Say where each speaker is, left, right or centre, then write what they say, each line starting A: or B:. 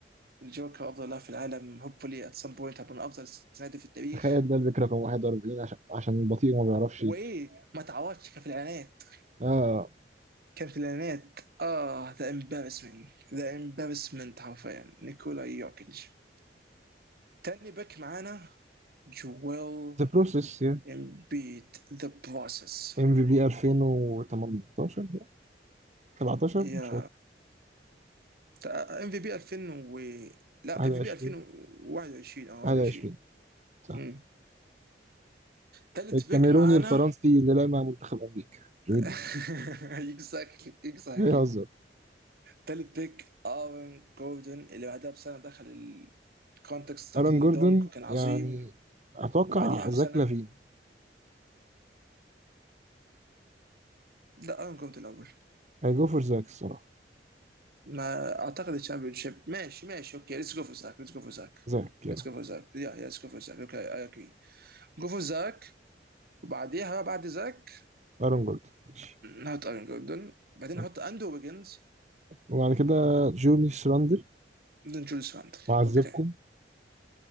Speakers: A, on the right; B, on the right.
A: الجوكر افضل لاعب في العالم هوبفلي ات سم بوينت هبقى من افضل السنادي في التاريخ
B: تخيل ده البيك رقم 41 عشان عشان بطيء وما بيعرفش
A: وايه
B: يجري
A: ما تعوضش كان في الاعلانات
B: اه
A: كان في الاعلانات اه ذا امبارسمنت ذا امبارسمنت حرفيا نيكولا يوكيتش تاني باك معانا جويل
B: ذا بروسيس يا
A: امبيد ذا بروسس
B: ام في بي 2018 17
A: يا
B: مش فاكر
A: ام في بي 2000 و لا
B: 21
A: ام في بي 2021 او 21
B: 21 صح
A: امم ثالث
B: الكاميروني
A: بيك معانا
B: الفرنسي اللي لعب مع منتخب أمريكا جويد
A: <laughs> <applause> اكزاكتلي اكزاكتلي
B: بيهزر
A: ثالث بيك ارون جوردن اللي بعدها بسنه دخل الكونتكست بتاعت
B: ألان
A: الدونك
B: جوردون
A: وكان عظيم
B: يعني أتوقع
A: وبعديها بسنه
B: زاك لافين
A: لا ارون جوردن الاول
B: هيجو فور زاك الصراحة
A: ما اعتقد الشامبيون شيب ماشي ماشي اوكي ليتس جو فور زاك ليتس جو فور زاك
B: زاك يلا
A: ليتس جو فور زاك يا ليتس جو فور زاك اوكي اي اجري جو فور زاك وبعديها بعد زاك
B: ألان جوردون ماشي
A: نحط ارين جوردن بعدين
B: أوكي
A: نحط اندو ويجنز
B: وبعد كده جوني شراندر
A: بعدين جوليس راندل
B: معذبكم
A: اوكي